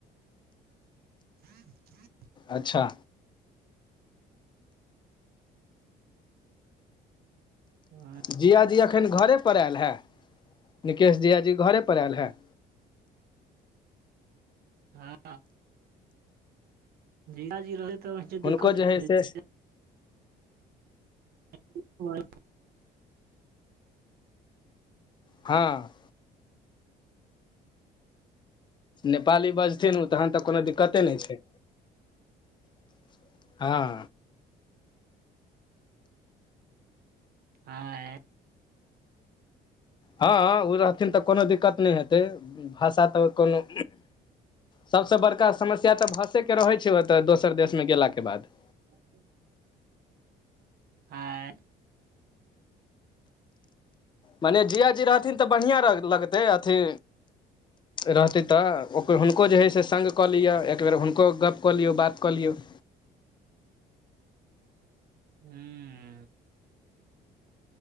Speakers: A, on the right; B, on the left.
A: <inaudible>
B: अच्छा
A: हँ
B: जीजा जी अखन घरे पर आयल है निकेश जीजा जी घरे पर आयल है
A: हँ जीजी रहै तऽ <inaudible> व
B: हुनको
A: दिक्कते
B: जे हइ
A: होइ
B: से
A: छै <inaudible>
B: हाँ नेपाली बजथिन ओ तहन तऽ कोनो दिक्कते नय छै <inaudible> हँ
A: आएय
B: हँ उ रहथिन तऽ कोनो दिक्कत नय हेतै भाषा तऽ कोनो सबसँ बड़का समस्या तऽ भषेके रहै छै ओतऽ दोसर देशमे गेलाके बाद
A: <inaudible> आँय
B: मने जीजा जी रहथिन तऽ बढ़ियाँ लगतै अथी रहतै तऽ ओकर हुनको जे हइ से संग कऽ लिअ एकबेर हुनको गप्प कऽ लियौ बात कऽ लियौ
A: हुँ